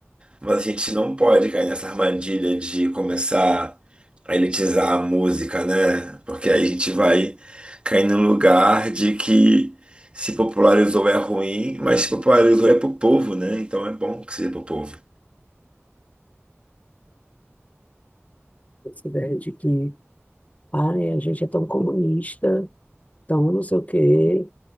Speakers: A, on the right (about 25°); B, on the left (about 30°).
A: Mas a gente não pode cair nessa armadilha de começar a elitizar a música, né? Porque aí a gente vai cair num lugar de que se popularizou é ruim, mas se popularizou é pro povo, né? Então é bom que seja pro povo.
B: Essa ideia de que ai, a gente é tão comunista, tão não sei o quê,